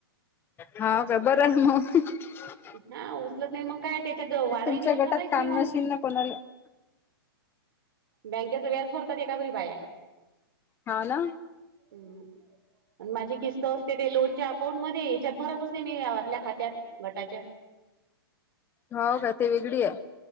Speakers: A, on the left; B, on the right.
A: हाव का बरम <unintelligible>
B: हव उचलत नाही मग काय त्याच्यात वाढही
A: तुमच्या
B: नाही होत
A: गटात
B: ना काहीच
A: काम
B: नाही होत.
A: नशील ना कोणाला
B: बँकेच व्याज भरतात एकापरी बाया
A: हो ना
B: हम्म आण माझी किस्त असते ते लोनच्या अकाउंट मध्ये याच्यात भरत नाही मी आपल्या खात्यात गटाच्या
A: होव का ते वेगळी आहे.